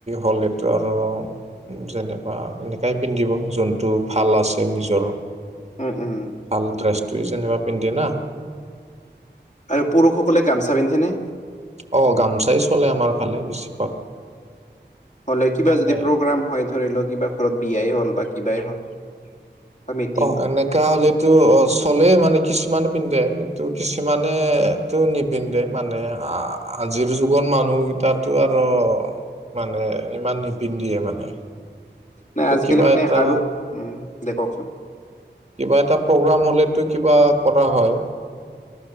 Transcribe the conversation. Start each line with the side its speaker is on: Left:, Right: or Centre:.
Right: হ'লেতটো আৰু। যেনবা এনেকাই পিন্ধিব যোনটো ভাল আছে নিজৰ।
Left: উম, উম
Right: ভাল ড্ৰেছটোৱে যেনিবা পিন্ধে না।
Left: আৰু পুৰুষসকলে গামচা পিন্ধেনে?
Right: অঁ গামোচাই চলে আমাৰ ফালে বেছিভাগ।
Left: হ'লে কিবা
Right: মানে
Left: যদি প্ৰগ্ৰাম হয় ধৰি লওক কিবা ঘৰত বিয়াই হ'ল বা কিবাই হ'ল। বা মিটিং
Right: অ এনেকা হলেটো অ চলে মানে কিছুমান পিন্ধে কিন্তু কিছুমানে! নিপিন্ধে মানে আজিৰ যুগৰ মানুহকেইটো আৰু। মানে ইমান নিপিন্ধিয়ে মানে। কিন্তু
Left: নাই আজিকালি
Right: কিবা
Left: মানে
Right: এটা
Left: আৰু উ দে ক।
Right: কিবা এটা প্ৰগ্ৰাম হলেতো কিবা কৰা হয়।